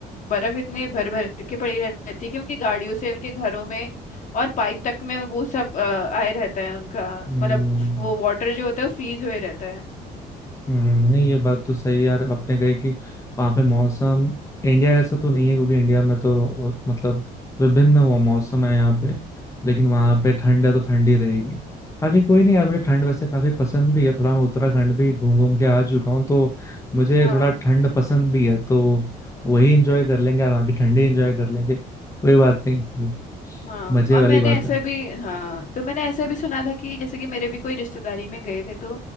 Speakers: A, on the left; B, on the left.
A: बर्फ़ इतनी भर भर के पड़ी रहती है कि उनकी गाड़ियों से उनके घरों में और पाइप तक में वो सब अ, आए रहता है उनका
B: हम्म,
A: मतलब
B: हम्म।
A: वो वाटर जो होता है वो फ्रीज हुए रहता है
B: हम्म, नहीं ये बात तो सही है यार आपने कही कि वहाँ पे मौसम इंडिया ऐसा तो नहीं है क्योंकि इंडिया में तो अ, मतलब विभिन्न वो मौसम है यहाँ पे लेकिन वहाँ पे ठंड है तो ठंडी रहेगी बाकी कोई नहीं यार मुझे ठंड
A: हम्म
B: वैसे काफी पसंद भी है थोड़ा मैं उत्तराखंड भी घूम
A: हम्म,
B: घूम के आ चुका हूँ तो मुझे
A: हाँ
B: थोड़ा ठंड पसंद भी है तो वही इंजॉय कर लेंगे और वहाँ की ठंडी इंजॉय कर लेंगे कोई बात नहीं
A: हाँ
B: मजे
A: और
B: वाली
A: मैंने
B: बात
A: ऐसा
B: है
A: भी हाँ तो मैंने ऐसा भी सुना था कि जैसे कि मेरे भी कोई रिश्तेदारी में गए थे तो